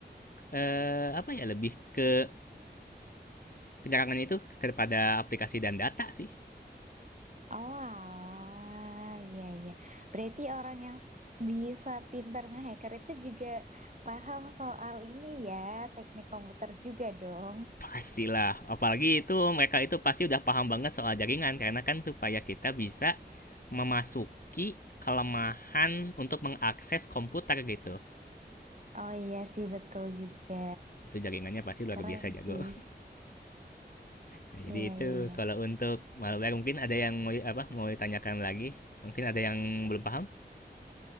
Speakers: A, on the left; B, on the right.
A: eh, apa ya lebih ke penyerangannya itu kepada aplikasi dan data sih
B: Oh, alah. Iya, iya. Berarti orang yang s- bisa pintar ngehacker itu juga paham soal ini ya, teknik komputer juga dong.
A: pastilah apalagi itu mereka itu pasti udah paham banget soal jaringan karena kan supaya kita bisa memasuki kelemahan untuk mengakses komputer gitu
B: Oh iya sih, betul juga.
A: itu jaringannya pasti luar
B: Keren
A: biasa
B: sih.
A: jago nah, jadi
B: Iya,
A: itu
B: iya, iya.
A: kalau untuk malware mungkin ada yang mau apa mau ditanyakan lagi mungkin ada yang belum paham